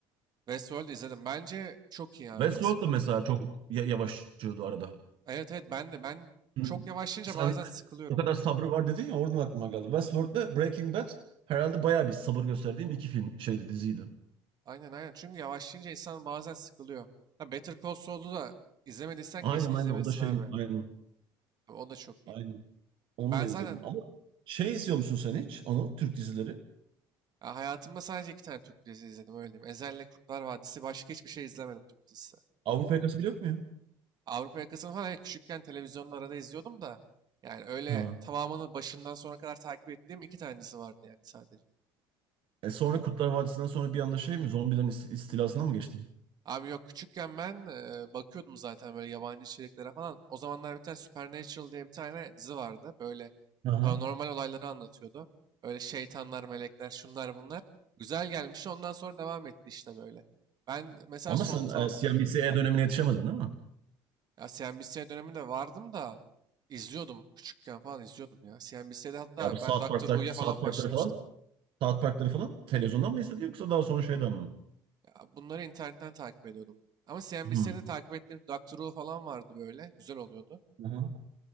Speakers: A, on the right (about 40°); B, on the right (about 60°).
A: Westworld izledim. Bence çok iyi
B: Westworld
A: abi Westworld.
B: da mesela çok ya- yavaşlıyordu arada.
A: Evet evet ben de ben
B: Hmm.
A: çok yavaşlayınca
B: Sen
A: bazen sıkılıyorum.
B: o kadar sabrı var dedin ya oradan aklıma geldi. Westworld'le Breaking Bad herhalde bayağı bir sabır gösterdiğim iki film şeydi diziydi.
A: Aynen aynen. Çünkü yavaşlayınca insan bazen sıkılıyor. Ya Better Call Saul'u da izlemediysen
B: Aynen
A: kesin izlemelisin
B: aynen o da şeyin
A: abi.
B: aynen.
A: O da çok iyi.
B: Aynen. Onu
A: Ben
B: da
A: zaten
B: izledim. Ama şey izliyor musun sen hiç Anıl? Türk dizileri.
A: Ya hayatımda sadece iki tane Türk dizisi izledim öyle diyeyim. Ezel'le Kurtlar Vadisi başka hiçbir şey izlemedim Türk dizisi.
B: Avrupa Yakası bile yok mu ya?
A: Avrupa Yakası'nı falan evet, küçükken televizyonda arada izliyordum da yani öyle
B: Ha.
A: tamamını başından sona kadar takip ettiğim iki tane dizi vardı yani sadece.
B: E sonra Kurtlar Vadisi'nden sonra bir anda şey mi? Zombilerin ist- istilasına mı geçtin?
A: Abi yok küçükken ben e, bakıyordum zaten böyle yabancı içeriklere falan. O zamanlar bir tane Supernatural diye bir tane dizi vardı. Böyle
B: Aha.
A: paranormal olayları anlatıyordu. Öyle şeytanlar, melekler, şunlar bunlar. Güzel gelmişti ondan sonra devam etti işte böyle. Ben mesela
B: Ama
A: son
B: sen e, CNBC dönemine yetişemedin değil mi?
A: Ya CNBC döneminde vardım da izliyordum küçükken falan izliyordum ya. CNBC'de hatta
B: Ya bu South
A: ben Doctor
B: Park'lar,
A: Who'ya
B: South
A: falan başlamıştım.
B: Park'ları falan, South Park'ları falan televizyondan mı izledin yoksa daha sonra şeyden mi?
A: Ya bunları internetten takip ediyordum. Ama CNBC'de
B: Hmm.
A: takip ettiğim Doctor Who falan vardı böyle. Güzel oluyordu.
B: Aha.